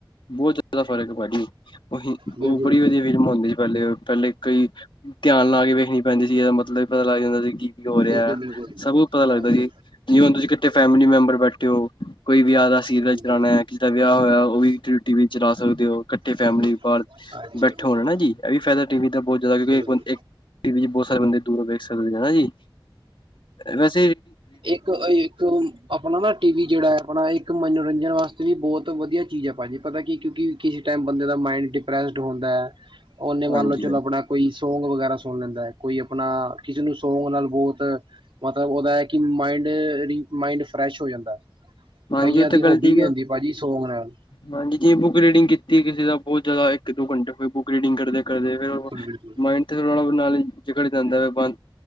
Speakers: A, on the left (about 70°); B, on the right (about 80°).
A: ਬਹੁਤ ਜ਼ਿਆਦਾ ਫ਼ਰਕ ਏ ਭਾਜੀ,
B: ਬਿਲਕੁਲ
A: ਉਹ ਬੜੀ ਵਧੀਆ ਫਿਲਮ ਹੁੰਦੀ ਸੀ ਪਹਿਲੇ, ਪਹਿਲੇ ਕਈ ਧਿਆਨ ਲਾਕੇ ਵੇਖਣੀ ਪੈਂਦੀ ਸੀ, ਇਹਦਾ ਮਤਲਬ ਪਤਾ ਲੱਗ ਜਾਂਦਾ ਸੀ, ਕੀ-ਕੀ ਹੋ ਰਿਹਾ,
B: ਬਿਲਕੁਲ-ਬਿਲਕੁਲ
A: ਸਭ ਕੁਝ ਪਤਾ ਲੱਗਦਾ
B: ਹਾਂਜੀ-ਹਾਂਜੀ,
A: ਸੀ। ਜਿਵੇਂ ਹੁਣ ਤੁਸੀਂ ਕਿਤੇੇ ਫੈਮਿਲੀ ਮੈਂਬਰ ਬੈਠੇ ਓ, ਕੋਈ ਵਿਆਹ ਦਾ
B: ਹਾਂਜੀ-ਹਾਂਜੀ,
A: ਸੀਰੀਅਲ ਚਲਾਣਾ, ਕਿਸੇ ਦਾ ਵਿਆਹ ਹੋਇਆ ਉਹ ਵੀ ਠਰਿ ਟੀਵੀ ਚਲਾ ਸਕਦੇ ਓ, ਕੱਠੇ
B: ਬਿਲਕੁਲ
A: ਫੈਮਲੀ ਬਾਰ
B: ਹਾਂਜੀ-ਹਾਂਜੀ।
A: ਬੈਠਾ ਹੋਣਾ ਨਾ ਜੀ, ਐ ਵੀ ਫਾਇਦਾ ਟੀਵੀ ਦਾ ਬਹੁਤ ਜ਼ਿਆਦਾ ਕਿਉਂਕਿ
B: ਬਿਲਕੁਲ,
A: ਇਕ ਬੰਦ ਟੀਵੀ'ਚ ਬਹੁਤ ਸਾਰੇ ਬੰਦੇ ਦੂਰੋਂ ਵੇਖ ਸਕਦੇ ਨੇ ਹਨਾ ਜੀ, ਵੈਸ
B: ਇੱਕ, ਇੱਕ ਅਪਣਾ ਨਾ ਟੀਵੀ ਜਿਹੜਾ ਐ, ਅਪਣਾ ਇੱਕ ਮਨੋਰੰਜਨ ਵਾਸਤੇ ਵੀ ਬਹੁਤ ਵਧੀਆ ਚੀਜ਼ ਐ ਭਾਜੀ। ਪਤਾ ਕਿ, ਕਿਉਂਕਿ ਕਿਸੀ ਟੈਮ ਬੰਦੇ ਦਾ ਮਾਇੰਡ ਡਿਪਰੈਸਡ ਹੁੰਦਾ, ਉਹਨੇ ਮੰਨਲੋ,
A: ਹਾਂਜੀ
B: ਚਲੋ
A: ਹਾਂਜੀ
B: ਅਪਣਾ ਕੋਈ ਸੌਂਗ ਵਗੈਰਾ ਸੁਣ ਲੈਂਦਾ, ਕੋਈ ਅਪਣਾ ਕਿਸੇ ਨੂੰ ਸੌਗ ਨਾਲ ਬਹੁਤ, ਮਤਲਬ ਉਹਦਾ ਐ ਕਿ ਮਾਇੰਡ ਮਾਇੰਡ ਫਰੈਸ਼ ਹੋ ਜਾਂਦੈ,
A: ਹਾਂਜੀ
B: ਕਈਆਂ
A: ਉਹ ਤਾਂ
B: ਦੀ
A: ਗੱਲ
B: ਹੋਬੀ
A: ਠੀਕ
B: ਵੀ
A: ਹੈ
B: ਹੁੰਦੀ ਭਾਜੀ ਸੌੰਗ ਨਾਲ।
A: ਹਾਂਜੀ, ਜਿਵੇਂ ਬੁੱਕ ਰੀਡਿੰਗ ਕੀਤੀ ਕਿਸੇ ਦਾ ਬਹੁਤ ਜ਼ਿਆਦਾ, ਇੱਕ-ਦੋ ਘੰਟੇ ਹੋਏ ਬੁੱਕ ਰੀਡਿੰਗ ਕਰਦੇ-ਕਰਦੇ ਫਿਰ ਉ
B: ਬਿਲਕੁਲ।
A: ਤੇ ਉਹਦੇ ਨਾਲੋ ਜਕੜ ਜਾਂਦਾ ਬੰਦ,